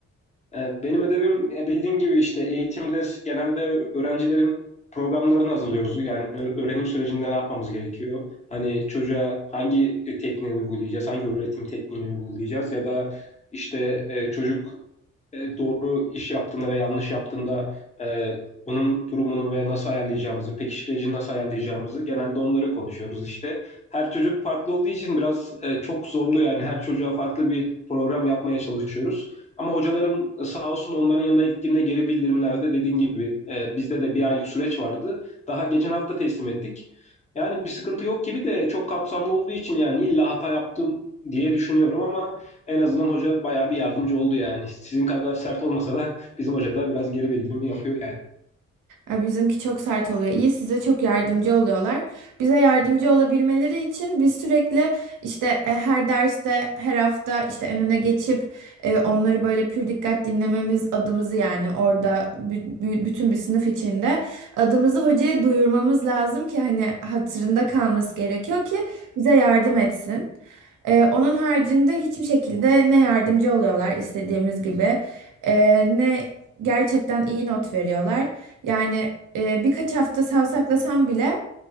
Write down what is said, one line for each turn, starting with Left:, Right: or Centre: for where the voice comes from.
Left: E, Benim ödevim e, bildiğin gibi işte eğitimde genelde öğrencilerin programlarını hazırlıyoruz. Yani ö- öğrenim sürecinde ne yapmamız gerekiyor? Hani çocuğa hangi e, tekniği uygulayacağız, hangi öğretim tekniğini uygulayacağız ya da işte e, çocuk e, doğru iş yaptığında ve yanlış yaptığında e, onun durumunu ve nasıl ayarlayacağımızı, pekiştiricini nasıl ayarlayacağımızı genelde onları konuşuyoruz işte. Her çocuk farklı olduğu için biraz e, çok zorlu yani her çocuğa farklı bir program yapmaya çalışıyoruz. Ama hocalarım e, sağ olsun onların yanına gittiğimde geri bildirimlerde dediğin gibi e, bizde de bir aylık süreç vardı. Daha geçen hafta teslim ettik. Yani bir sıkıntı yok gibi de çok kapsamlı olduğu için yani illa hata yaptım diye düşünüyorum ama en azından hoca bayağı bir yardımcı oldu yani. Sizin kadar sert olmasa da bizim hoca da biraz geri bildirimi yapıyor yani.
Right: E, Bizimki çok sert oluyor. İyi size çok yardımcı oluyorlar. Bize yardımcı olabilmeleri için biz sürekli işte e, her derste, her hafta işte en öne geçip e, onları böyle pür dikkat dinlememiz adımızı yani orada bü- bü- bütün bir sınıf içinde adımızı hocaya duyurmamız lazım ki hani hatırında kalması gerekiyor ki bize yardım etsin. E, onun haricinde hiçbir şekilde ne yardımcı oluyorlar istediğimiz gibi e, ne gerçekten iyi not veriyorlar. Yani e, birkaç hafta savsaklasam bile